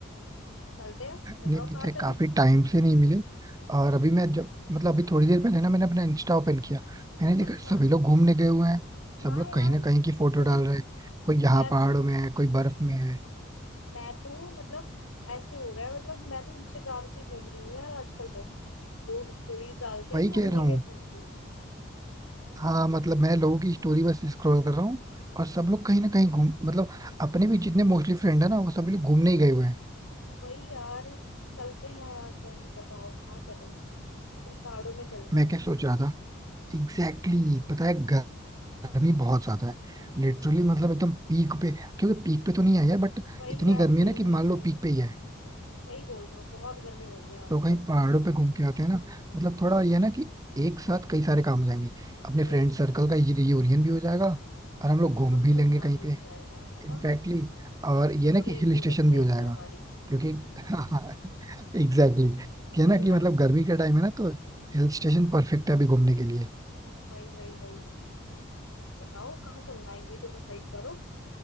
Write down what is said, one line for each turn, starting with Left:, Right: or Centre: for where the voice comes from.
Left: चलते हैं बताओ
Right: नहीं पिछले
Left: कहाँ चले
Right: काफी टाइम से नहीं मिले और अभी मैं जब मतलब अभी थोड़ी देर पहले ना मैंने अपना इंस्टा ओपन किया मैंने
Left: अच्छा
Right: देखा सभी लोग घूमने गए हुए हैं
Left: हाँ
Right: सब लोग
Left: यार
Right: कहीं ना कहीं की फोटो
Left: मतलब
Right: डाल रहे हैं कोई यहाँ
Left: मैं
Right: पहाड़ों
Left: तो
Right: में है कोई बर्फ में है
Left: मैं तो मतलब ऐसे हो रहा है मतलब मैं तो इंस्टाग्राम से ही घूम रही हूँ यार आजकल बस लोग स्टोरीज डालते हैं
Right: वही
Left: मैं
Right: कह
Left: उन्हीं
Right: रहा हूँ
Left: में घूम रही हूँ
Right: हाँ मतलब मैं लोगों की स्टोरी बस स्क्रॉल कर रहा हूँ और सब लोग कहीं ना कहीं घूम मतलब अपने भी जितने मोस्टली फ्रेंड है ना वो सभी लोग घूमने ही गए हुए हैं
Left: वही यार चलते हैं यार कहीं बताओ कहाँ चलें कहीं पहाड़ों में चलते
Right: मैं
Left: हैं
Right: क्या सोच रहा था एग्जैक्टली exactly, पता है गर्मी बहुत ज्यादा है लिटरली मतलब एकदम पीक पे क्योंकि पीक पे तो नहीं आई है बट
Left: वही
Right: इतनी
Left: यार
Right: गर्मी
Left: वही
Right: है ना
Left: वही
Right: कि मान
Left: वही
Right: लो पीक पे ही है
Left: सही बोल रहे हो बहुत गर्मी हो रही है आजकल
Right: तो कहीं पहाड़ों पे घूम के आते हैं ना मतलब थोड़ा ये है ना कि एक साथ कई सारे काम हो जाएंगे अपने
Left: वही
Right: फ्रेंड सर्कल
Left: वही
Right: का ये
Left: वही
Right: रियूनियन भी हो जाएगा और हम लोग घूम
Left: और घूमना
Right: भी लेंगे कहीं
Left: भी हो
Right: पे
Left: जाएगा है ना
Right: इनफैक्टली और ये
Left: मेमोरीज
Right: ना कि हिल
Left: भी
Right: स्टेशन
Left: बच जाएंगी
Right: भी हो जाएगा
Left: हमारी
Right: क्योंकि <laughs> हाँ एग्जैक्टली
Left: तो
Right: ये
Left: वही
Right: ना कि
Left: ना
Right: मतलब गर्मी का टाइम है ना तो हिल स्टेशन परफेक्ट है अभी घूमने के लिए
Left: वही वही वही बताओ कहाँ चलना है ये तो डिसाइड करो